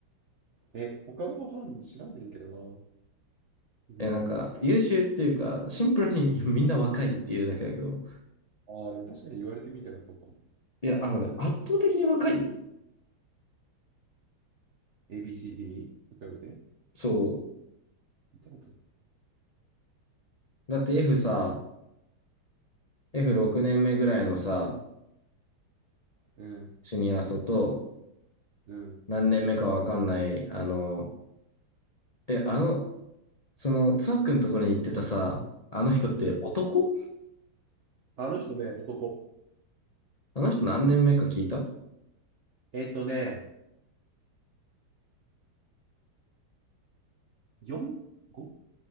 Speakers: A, on the right (about 70°); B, on the left (about 85°).
A: え、他の班知らんねんけどな。グループ。
B: え、なんか、優秀っていうか、シンプルにみんな若いっていうだけだけど。
A: ああ、でも確かに言われてみたらそうかも。
B: いや、あのね、圧倒的に若いよ。
A: ABCD? と比べて。
B: そ
A: 見たこと
B: う。だって F さ、F6 年目ぐらいのさ、
A: ない。うん、
B: シニア層と、
A: うん。
B: 何年目かわかんない、あの、え、あの、その、つわくんところに行ってたさ、あの人って男
A: うん。あの人ね、男。
B: あの人何年目か聞いた
A: えっとね、4?5?